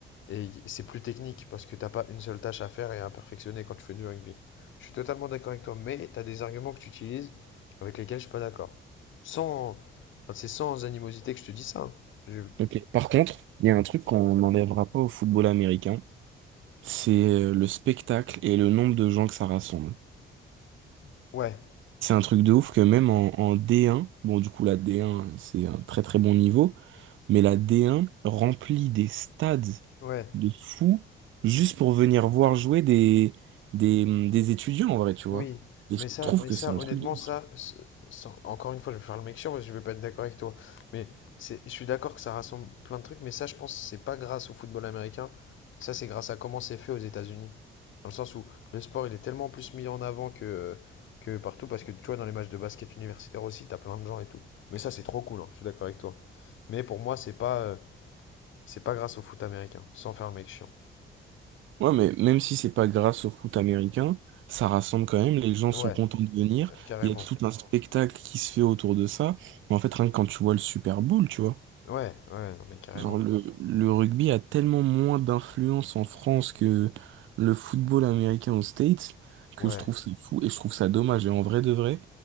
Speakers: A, on the left (about 75°); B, on the right (about 75°).
A: et y- c'est plus technique parce que t'as pas une seule tâche à faire et à perfectionner quand tu fais du rugby. Je suis totalement d'accord avec toi, mais t'as des arguments que tu utilises avec lesquels je suis pas d'accord. Sans, enfin, c'est sans animosité que je te dis ça, hein, Jules.
B: Ok. Par contre, il y a un truc qu'on n'enlèvera pas au football américain, c'est euh, le spectacle et le nombre de gens que ça rassemble.
A: Ouais,
B: C'est un truc de ouf que même en, en D1, bon du coup la D1 c'est un très très bon niveau, mais la D1 remplit des stades
A: ouais.
B: de fous juste pour venir voir jouer des, des, hum, des étudiants en vrai, tu
A: Oui,
B: vois. Et
A: mais
B: je
A: ça,
B: trouve
A: mais
B: que
A: ça,
B: c'est un
A: honnêtement,
B: truc de ouf.
A: ça, ce- sans- encore une fois, je vais faire le mec chiant parce que je vais pas être d'accord avec toi. Mais c'est, je suis d'accord que ça rassemble plein de trucs, mais ça, je pense, c'est pas grâce au football américain. Ça, c'est grâce à comment c'est fait aux États-Unis. Dans le sens où le sport, il est tellement plus mis en avant que, que partout, parce que tu vois, dans les matchs de basket universitaire aussi, t'as plein de gens et tout. Mais ça, c'est trop cool, hein, je suis d'accord avec toi. Mais pour moi, c'est pas, euh, c'est pas grâce au foot américain, sans faire le mec chiant.
B: Ouais, mais même si c'est pas grâce au foot américain, ça rassemble quand même, les gens
A: Ouais,
B: sont contents de venir,
A: euh, carrément.
B: il y a tout un spectacle qui se fait autour de ça, mais en fait, rien que quand tu vois le Super Bowl, tu vois,
A: Ouais, ouais, non mais carrément.
B: genre le, le rugby a tellement moins d'influence en France que le football américain aux States,
A: Ouais.
B: que je trouve ça fou et je trouve ça dommage, et en vrai de vrai,